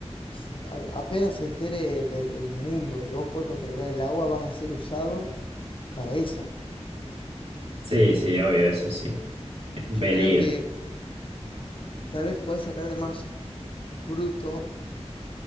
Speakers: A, on the left; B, on the right.
A: s- a- apenas se entere el, el- el mundo de que vos podés controlar el agua, vas a ser usado para eso.
B: Sí, sí, obvio, eso sí. Es un
A: Yo
B: peligro.
A: creo que tal vez podés sacarle más fruto